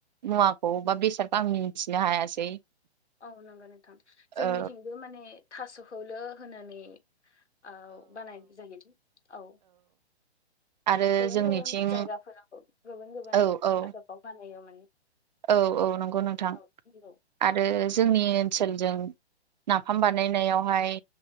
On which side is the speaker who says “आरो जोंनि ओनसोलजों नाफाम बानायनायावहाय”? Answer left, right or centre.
Right